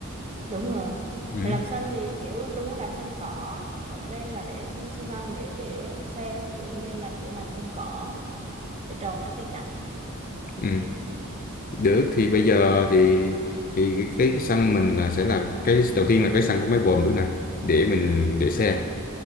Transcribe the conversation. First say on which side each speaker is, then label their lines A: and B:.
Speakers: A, on the right; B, on the left.
A: đúng rồi
B: ừ.
A: Mà làm sân thì kiểu tôi muốn làm sân cỏ ấy. một bên là để sân xi măng để để xe các kiểu một bên là kiểu làm sân cỏ để trồng mấy cây cảnh
B: Ừ.
A: ông thấy sao
B: được thì bây giờ thì thì cái, cái, cái sân mình là sẽ là cái đầu tiên là cái sân có máy bồn được nè để mình để xe